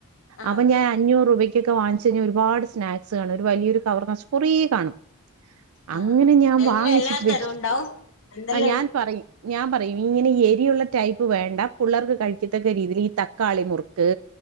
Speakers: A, on the left; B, on the right.
A: ആഹ്
B: അപ്പം ഞാൻ അഞ്ഞൂറ് രൂപയ്ക്ക് ക്കെ വാങ്ങിച് കഴിഞ്ഞാൽ ഒരുപാട് സ്നാക്സ് കാണും, ഒരു വലിയരു കവർ നറ്ച്ച് കുറേ കാണും
A: ആഹ്
B: അങ്ങനെ
A: ആഹ്
B: ഞാൻ
A: അതിന്
B: വാങ്ങിച്ചിട്ട്
A: എല്ലാ തരവും
B: വെക്കും,
A: ഉണ്ടാവും എന്തെല്ലാം
B: ആ ഞാൻ പറയും ഞാൻ പറയും ഇങ്ങനെ ഈ എരിയുള്ള ടൈപ്പ് വേണ്ട പുള്ളെർക്ക് കഴിക്കത്തക്ക രീതിയിൽ ഈ തക്കാളി മുറ്ക്ക്